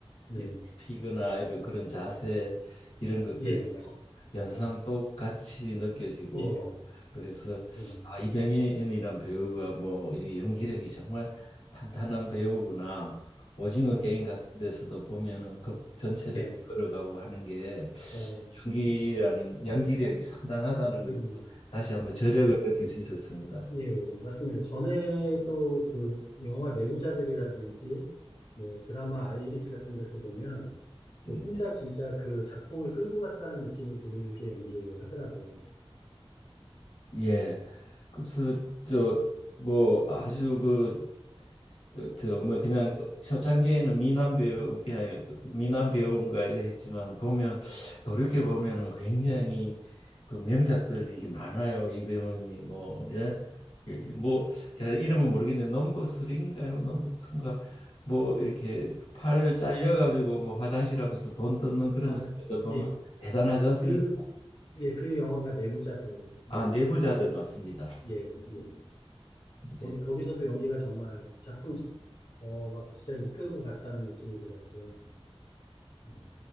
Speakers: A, on the left; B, on the left.
A: 네,
B: 이렇게 피거나 이런 그런 자세 이런 것도
A: 예, 맞습니다.
B: 연상 똑같이 느껴지고
A: 예,
B: 그래서
A: 예,
B: 아, 이병헌이란 배우가 뭐이 연기력이 정말 탄탄한 배우구나. 오징어 게임 같은 데서도 보면은 극 전체를
A: 네,
B: 이끌어가고 하는 게
A: 어,
B: 연기라는 연기력이 상당하다는 것
A: 음,
B: 다시 한번 저력을
A: 맞습니다.
B: 느낄 수 있었습니다.
A: 예, 맞습니다. 전에도 그 영화 내부자들이라든지 뭐 드라마 아이리스 같은 데서 보면 그
B: 음.
A: 혼자 진짜 그 작품을 끌고 갔다는 느낌이 들게 연기를 하더라고요.
B: 예. 그래서 저 뭐 아주 그 어, 저뭐 그냥 초창기에는 미남 배우 그냥 미남 배우인가 이래 했지만 보면 돌이켜 보면은 굉장히 그 명작들이 많아요. 이병헌이 뭐 예. 이렇게 뭐 제가 이름은 모르겠는데 넘버 3인가요? 넘버 2인가? 뭐 이렇게 팔 잘려 가지고 뭐 화장실 앞에서 돈 뜯는 그런
A: 아,
B: 장면들
A: 그-
B: 보면
A: 예,
B: 대단하지 않습니까?
A: 그, 예, 그 영화가 내부자들이었습니다.
B: 아, 내부자들 맞습니다.
A: 예, 예.
B: 예.
A: 거기, 거기서도 연기가 정말 작품, 어, 막 진짜 이끌고 갔다는 느낌이 들었고요. 예.